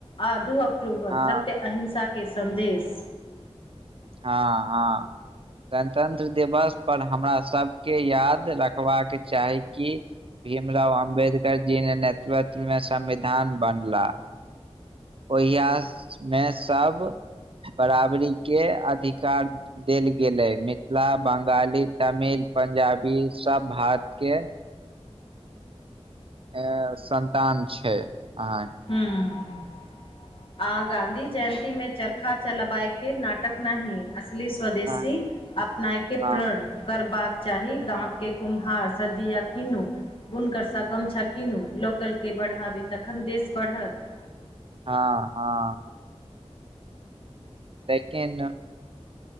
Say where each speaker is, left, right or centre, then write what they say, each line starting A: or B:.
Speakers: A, on the left; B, on the right.
A: आ दू अक्टूबर
B: हँ
A: सत्य अहिंसा केँ सन्देश
B: हऽ हऽ गणतंत्र दिवस पर हमरा सब केँ याद रखबाक चाही कि भीम राव अम्बेडकर जी ने नेतृत्व में संविधान बनला ओहिया मे सब बराबरी केँ अधिकार देल गेल आए मिथिला बंगाली तमिल पंजाबी सब भारत केँ ऐं संतान छैय अहाँकेँ
A: <unintelligible> आ गाँधी जयन्ती में चरखा चलबाय केँ नाटक ना ही असली स्वदेशी
B: हँ
A: अपनाय केँ
B: हँ
A: प्रण करबाक चाही गाम केँ कुम्हार स दिया किनू बुनकर स गमछा कीनू लोकल केँ बढ़ाबी तखन देश बढ़त
B: हँ हँ लेकिन